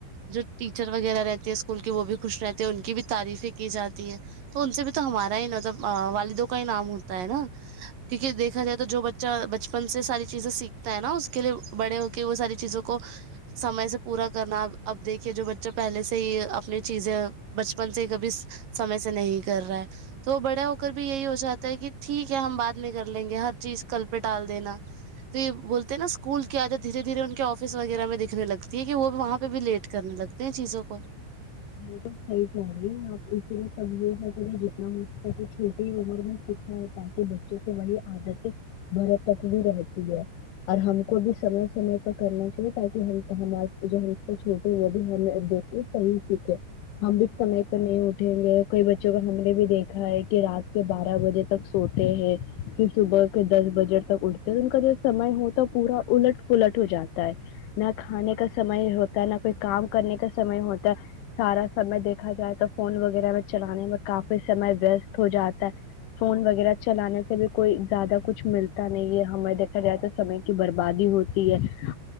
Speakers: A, on the right; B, on the left.
A: جو ٹیچر وغیرہ رہتی ہے اسکول کی وہ بھی خوش رہتے ہیں ان کی بھی تعریفیں کی جاتی ہے تو ان سے بھی تو ہمارا ہی مطلب والدوں کا ہی نام ہوتا ہے نا کیونکہ دیکھا جائے تو جو بچہ بچپن سے ساری چیزیں سیکھتا ہے نا اس کے لیے بڑے ہو کہ وہ ساری چیزوں کو سمے سے پورا کرنا اب دیکھیے جو بچہ پہلے سے ہی اپنی چیزیں بچپن سے ہی کبھی سمے سے نہیں کر رہا ہے تو بڑا ہو کر بھی یہی ہو چاہتا ہے کہ ٹھیک ہے ہم بعد میں کر لیں گے ہر چیز کل پہ ٹال دینا تو یہ بولتے ہیں نا اسکول کے آدے دھیرے دھیرے ان کے آفس وغیرہ میں دکھنے لگتی ہے کہ وہ وہاں پہ بھی لیٹ کرنی لگتا نے چیزوں کو
B: بالکل صحیح کہہ رہی ہے آپ اسی لیے سمجھ ہیں کہ میں جتنا ہو سکتا کہ چھوٹی عمر میں سچا تاکہ بچوں کو وہی عادتیں بڑھاپے تک بھی رہتی ہے اور ہم کو بھی سمے سمے پر کرنا چاہیے تاکہ ہم ہم جو سے چھوٹے وہ بھی ہم د صحیح سیکھیں ہم بھی سمے پہ نہیں اٹھیں گے کئی بچوں کو ہم نے بھی دیکھا ہے کہ رات کے بارہ بجے تک سوتے ہیں پھر صبح کے دس بجے تک اٹھتے ہیں ان کا جو سمے ہو تو پورا الٹ پلٹ ہو جاتا ہے نہ کھانے کا سمے ہوتا ہے نہ کوئی کام کرنے کا سمے ہوتا سارا سمے دیکھا جائے تو فون وغیرہ میں چلانے میں کافی سمے وست ہو جاتا ہے فون وغیرہ چلانے سے بھی کوئی زیادہ کچھ ملتا نہیں ہے ہمیں دیکھا جائے تو سمے کی بربادی ہوتی ہے